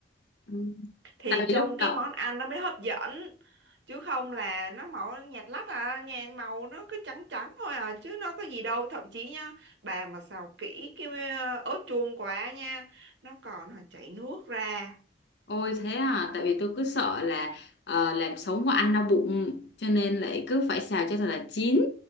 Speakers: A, on the left (about 70°); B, on the right (about 80°).
A: Ừ.
B: thì
A: tại vì
B: trông
A: lúc
B: cái
A: đầu
B: món ăn nó mới hấp dẫn chứ không là nó màu nhạt lắc à nhà màu nó cứ trắng trắng thôi à chứ nó có gì đâu thậm chí nha bà mà xào kỹ cái ờ, ớt chuông quá nha nó còn chảy nước ra
A: ôi thế à tại vì tôi cứ sợ là ờ, làm sống của ăn đau bụng cho nên lại cứ phải xào cho thật là chín